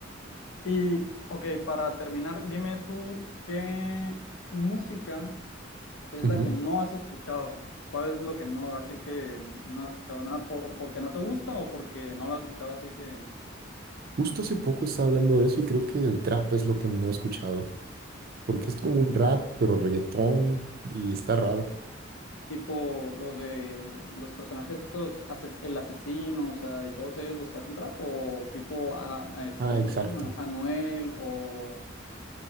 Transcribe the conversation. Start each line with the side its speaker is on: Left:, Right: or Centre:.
Left: y ok, para terminar, dime tú qué música es
Right: Ujú.
Left: la que no has escuchado. ¿Cuál es lo que no? Ahora sí que no has escuchado nada, por, o porque no te gusta o porque no lo has escuchado, así que...
Right: Justo hace poco estaba hablando de eso y creo que el trap es lo que no he escuchado, porque
Left: El
Right: es como
Left: trap.
Right: un rap, pero reggaetón y está raro.
Left: Tipo lo de los personajes estos, ases- el asesino, o sea, y todos ellos los que hacen trap, o tipo, a, a este,
Right: Ah,
Left: ¿cómo
Right: exacto.
Left: se llama? Anuel, o,